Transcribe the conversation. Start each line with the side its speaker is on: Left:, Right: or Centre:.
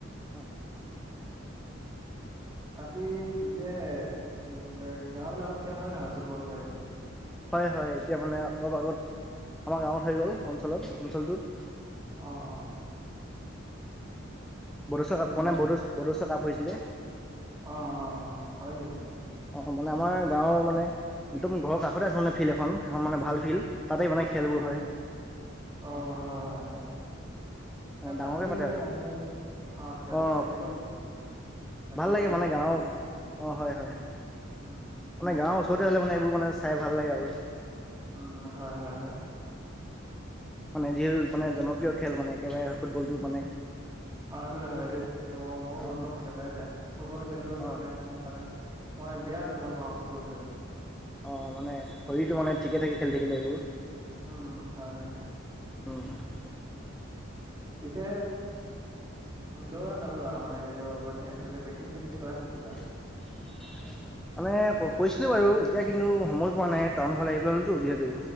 Centre: অ।
Right: বাকী পিছে কি বোলে গাওঁবিলাকত খেল হয় নহয় ফুটবল খেল?
Centre: হয়-হয়। এতিয়া মানে অলপ আগত আমাৰ গাঁৱত হৈ গ'ল, অঞ্চলত অঞ্চলটোত।
Right: অ-অ।
Centre: বড়োচা কাপ মানে বৰুচ বড়োচা কাপ হৈছিলে।
Right: অ-অ-অ, হয় নেকি?
Centre: অ, মানে আমাৰ গাঁৱৰ মানে একদম ঘৰৰ কাষতে আছে মানে ফিল্ড এখন, এখন মানে ভাল ফিল্ড। তাতেই মানে খেলবোৰ
Right: অ
Centre: হয়।
Right: অ
Centre: অঁ
Right: হয় হয় হয়
Centre: মানে
Right: এ ফাটি
Centre: ডাঙৰকৈ
Right: থাকিব
Centre: পাতে
Right: লাগে
Centre: আৰু
Right: মাজে মাজে। অ খেল
Centre: অঁ
Right: খেলিব থাকিব
Centre: ভাল লাগে মানে
Right: খেল
Centre: গাঁৰ অ হয় হয়।
Right: উম
Centre: মানে গাঁৱৰ ওচৰতে হ'লে মানে এইবোৰ মানে চাই ভাল লাগে আৰু।
Right: উম হয় হয় হয়।
Centre: মানে যিহেতু মানে জনপ্ৰিয় খেল মানে একেবাৰে ফুটবলটো মানে
Right: অ এইটো দে হয় দেই, এইটো ম মোৰ
Centre: অঁ
Right: একদম
Centre: অঁ
Right: ফেভাৰেট লাইন, ফুটবল খেলিলো
Centre: অঁ
Right: তাৰমানে মোৰ মানে মই বিৰাট ভাল পাওঁ ফুটবল খেল।
Centre: অঁ মানে শৰীৰটো মানে ঠিকে থাকে খেলি থাকিলে এইবোৰ।
Right: উম হয় হয়
Centre: উম্।
Right: পিছে দৌৰা নদৰা মানে এইটো মানে বেলেগ প্ৰেক্টিচ চেক্টিচ কৰা নেকি বা?
Centre: <unintelligible> মানে কৈছিলো বাৰু এতিয়া কিন্তু সময় পোৱা নাই টাউন ফল আহি পেলাইতো যিহেতু।